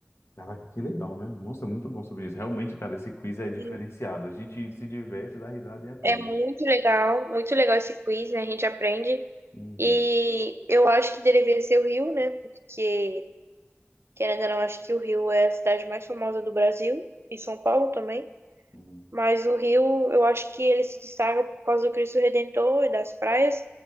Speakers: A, on the left; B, on the right.
A: Caraca, que legal, né? Nossa, muito bom sobre isso. Realmente, cara, esse quiz é diferenciado.
B: Sim.
A: A gente se diverte, dá risada e aprende.
B: É muito legal, muito legal esse quiz, né? A gente aprende.
A: Hum,
B: E eu acho que deveria ser o Rio, né? Porque, querendo ou não, acho que o Rio é a cidade mais famosa do Brasil, e São Paulo também.
A: hum,
B: Mas o Rio, eu acho que ele se destaca por causa do Cristo Redentor e das praias.